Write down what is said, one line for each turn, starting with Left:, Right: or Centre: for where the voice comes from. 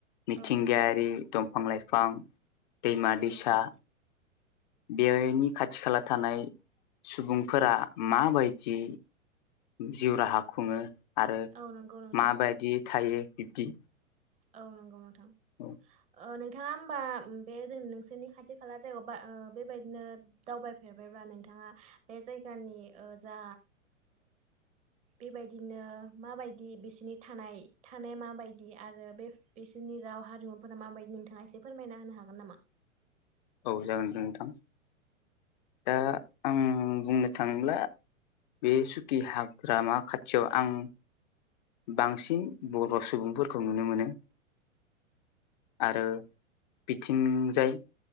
Left: मिथिंगायारि
Right: औ
Left: दंफां लाइफां। दैमा
Right: नंगौ
Left: दैसा
Right: नोंथां
Left: बेनि खाथि खाला थानाय सुबुंफोरा माबायदि जिउ राहा खुङो आरो
Right: औ नंगौ नोंथां
Left: माबायदि थायो बिब्दि
Right: औ नंगौ नोंथां
Left: औ
Right: नों नोंथाङा होमबा बे जों नोंसोरनि खाथि खाला जायगायाबा बेबायदिनो दावबायफेरबायब्ला नोंथाङा। बे जायगानि जा बेबायदिनो माबायदि बिसिनि थानाय थानाया माबायदि आरो बे बिसोरनि राव हारिमुफोरा माबायदि नोंथाङा एसे फोरमायना होनो हागोन नामा?
Left: औ जागोन दे नोंथां दा आं बुंनो थाङोब्ला। बे सुकि हाग्रामा खाथियाव आं बांसिन बर' सुबुंफोरखौ नुनो मोनो आरो बिथिंजाय